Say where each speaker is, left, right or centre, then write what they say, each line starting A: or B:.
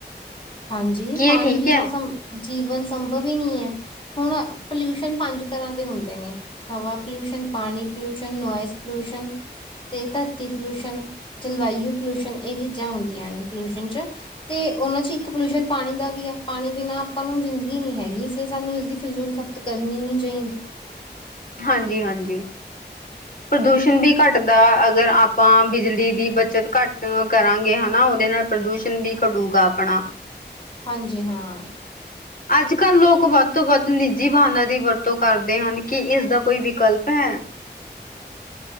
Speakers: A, on the left; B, on the left.
A: ਹਾਂਜੀ
B: ਕੀ
A: ਪਾਣੀ
B: ਇਹ ਠੀਕ
A: ਬਿਨਾ
B: ਹੈ
A: ਸੰ ਜੀਵਨ ਸੰਭਵ ਈ ਨੀ ਐ। ਹੁਣ ਪੋਲਿਊਸ਼ਨ ਪੰਜ ਤਰ੍ਹਾਂ ਦੇ ਹੁੰਦੇ ਨੇ। ਹਵਾ ਪੋਲਿਊਸ਼ਨ, ਪਾਣੀ ਪੋਲਿਊਸ਼ਨ, ਨੋਇਸ ਪੋਲਊਸ਼ਨ ਤੇ ਧਰਤੀ ਪਲਿਊਸ਼ਨਣ ਜਲਵਾਯੂ ਪਲੂਸ਼ਨਣ ਇਹ ਚੀਜ਼ਾਂ ਹੁੰਦੀਆਂ ਨੇ ਪੋਲਿਊਸ਼ਨ ਚ ਤੇ ਉਹਨਾਂ ਚ ਇੱਕ ਇੱਕ ਪੋਲਿਊਸ਼ਨ ਪਾਣੀ ਦਾ ਵੀ ਆ ਪਾਣੀ ਬਿਨਾਂ ਆਪਾਂ ਨੂੰ ਜ਼ਿੰਦਗੀ ਨੀ ਹੈਗੀ ਇਸ ਲਈ ਸਾਨੂੰ ਇਸਦੀ ਫਿਲਜ਼ੂਲ ਖਪਤ ਕਰਨੀ ਨੀ ਚਾਹੀਦੀ
B: ਹਾਂਜੀ ਹਾਂਜੀ
A: <inaudible>
B: ਪ੍ਰਦੂਸ਼ਣ ਵੀ ਘੱਟਦਾ ਅਗਰ ਆਪਾਂ ਬਿਜਲੀ ਦੀ ਬੱਚਤ ਘੱਟ ਕਰਾਂਗੇ ਹੈ ਨਾ ਉਹਦੇ ਨਾਲ ਪ੍ਰਦੂਸ਼ਣ ਵੀ ਘਟੂਗਾ ਆਪਣਾ
A: ਹਾਂਜੀ ਹਾਂ
B: ਅੱਜ ਕੱਲ ਲੋਕ ਵੱਧ ਤੋਂ ਵੱਧ ਨਿੱਜੀ ਵਾਹਨਾਂ ਦੀ ਵਰਤੋਂ ਕਰਦੇ ਹਨ ਕੀ ਇਸ ਦਾ ਕੋਈ ਵਿਕਲਪ ਹੈ?